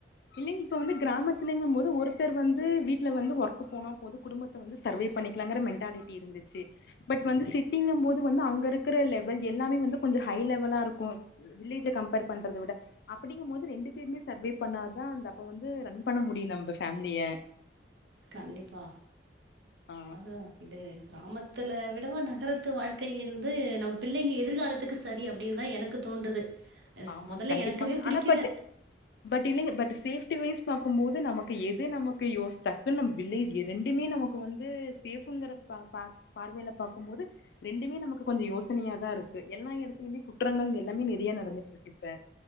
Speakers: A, on the left; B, on the right.
A: இல்லிங் இப்ப வந்து கிராமத்லிங்கும் போது ஒருத்தர் வந்து வீட்ல வந்து ஒர்க்கு போனா போது குடும்பத் த வந்து சர்வைவ் பண்ணிக்கலாங்கற மென்ட்டாலிட்டி இருந்துச்சு. பட் வந்து சிட்டிங்கம் போது வந்து அங்க இருக்குற லெவல் எல்லாமே வந்து கொஞ்சொ ஹை லெவலா இருக்கு. வ் வில்லேஜ கம்பேர் பண்றத விட அப்டிங்கும்போது ரெண்டு பேருமே சர்வைவ் பண்ணா தா அந்த அப்ப வந்து ரன் பண்ண முடியு நம்ப ஃபேமிலிய.
B: கண்டிப்பா
A: ஆ
B: அதுதா இது கிராமத்துல விடவா நகரத்து வாழ்க்கை வந்து நம்ம பிள்ளைங்க எதிர்காலத்துக்கு சரி அப்டின்தா எனக்கு தோண்றுது. அஸ்
A: ஆமா
B: மொதல்ல
A: கண்டிப்பாங்க
B: எனக்குமே புடிக்கல.
A: ஆனா பட் பட் இல்லிங்க பட் சேஃப்டி வைஸ் பாக்கும் போது நமக்கு எது நமக்கு யோஸ் டக்குன் நம் வில்லே எ ரெண்டுமே நம க்கு வந்து சேஃப்ங்கற பா பாக் பார்வைல பாக்கும்போது ரெண்டுமே நமக்கு கொஞ்சொ யோசனையாதாருக்கு எல்லா எடத்துலிமே குற்றங்கள் எல்லாமே நெறியா நடந்துட்டுருக்கு இப்ப.